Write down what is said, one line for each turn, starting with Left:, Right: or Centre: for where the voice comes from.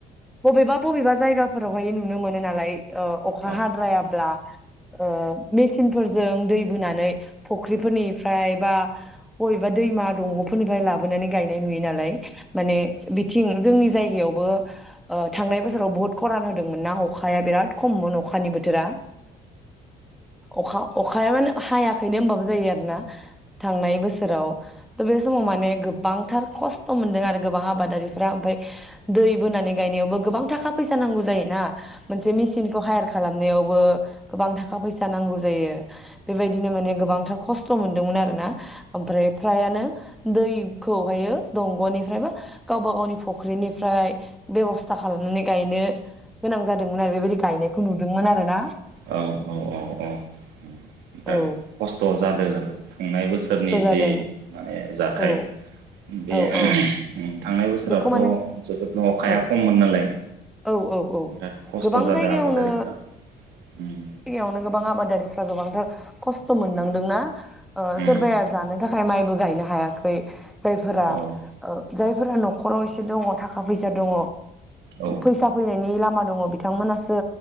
Centre: बबेबा बबेबा जायगाफोरावहाय नुनो मोनो नालाय ओ अखा
Right: औ
Centre: हाद्रायाब्ला ओ मेसिनफोर जों दै बोनानै फुख्रिफोरनिफ्राय बा बबेबा दैमा दंग'फोरनिफ्राय लाबोनानै गायनाय नुयो नालाय माने बिथिं जोंनि जाय यि आव बो ओ थांनाय बोसोराव बुहुत खरान होदोंमोन ना अखा हाया बिराद खममोन अखानि बोथोरा अखा अखाया मानोे हायाखैनो होनबाबो जायो आरो। ना थांनाय बोसोराव थ बे समाव माने गोबां थार खस्थ' मोन्दों आरो गोबां आबादारिफ्रा ओमफाय दै बोनानै गायनायावबो गोबां थाखा फैसा नांगौ जायोना मोनसे मेचिनखौ हायार खालामनायावबो गोबां थाखा फैसा नांगौ जायो बेबायदिनो माने गोबांथार खस्थ' मोनदोंमोन आरो ना। ओमफ्राय फ्रायानो दैखौहायो दंग'निफ्राय बा गावबा गावनि फुख्रिनिफ्राय बेब'स्था खालामनानै गायनो गोनां जादोंमोन आरो बेबायदि गायनायखौ नुदोंमोन आरो ना।
Right: औ औ औ औ उम दा
Centre: औ
Right: खस्थ' जादों आरो थांनाय बोसोरनि
Centre: खस्थ' जादों
Right: जि माने जाथाय।
Centre: औ
Right: बे
Centre: औ औ
Right: थांनाय बोसोरावथ
Centre: बेखौ माने
Right: जोबोद अखाया
Centre: औ
Right: खममोन नालाय
Centre: औ औ औ
Right: बिराद खस्थ
Centre: गोबां
Right: जादों
Centre: जायगायावनो
Right: आबादारिफ्रा। उम
Centre: जायगायावनो गोबां आबादारि फ्रा गोबांथार खस्थ मोननांदोंना ओ
Right: उम
Centre: सोरबाया जानो थाख थाखाय माइबो गायनो हायाखै। जायफोरा
Right: औ
Centre: ओ जाय फोरा नख'राव एसे दङ थाखा फैसा दङ
Right: औ
Centre: फैसा फैनायनि लामा दङ बिथांमोनासो